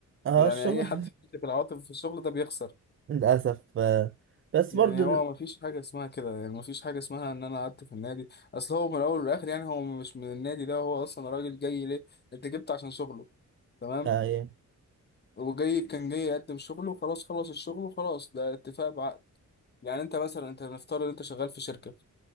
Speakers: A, on the right (about 40°); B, on the left (about 30°).
A: اه
B: يعني
A: الشغل
B: اي حد بيمسك العواطف في الشغل ده بيخسر
A: <laughs> للاسف آه بس
B: يعني
A: برضو
B: هو
A: ن-
B: مفيش حاجه اسمها كده يعني مفيش حاجه اسمها ان انا قعدت في النادي اصل هو من الاول والاخر يعني هو مش من النادي ده هو اصلا راجل جاي ليه انت جبت عشان شغله تمام
A: آه يعني
B: وجاي كان جاي يقدم شغله وخلاص خلص الشغل وخلاص ده اتفاق بعقد يعني انت مثلا انت نفترض ان انت شغال في شركه